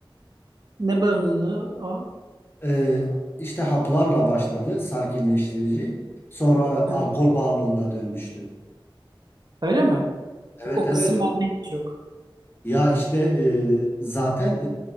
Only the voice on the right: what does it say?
Ne bağımlılığı o?
Ha,
öyle mi?
Bak o
kısım bende hiç yok.